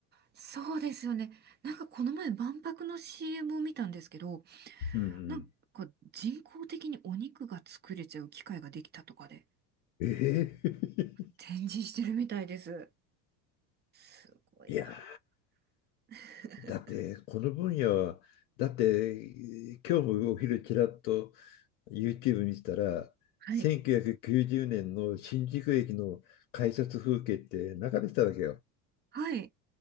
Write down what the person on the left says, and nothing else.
うんうん。
ええ
<laughs> いや
ー、だってこの分野は、だって今日もお昼ちらっと YouTube 見てたら、
1990年の新宿駅の改札風景って流れてたわけよ。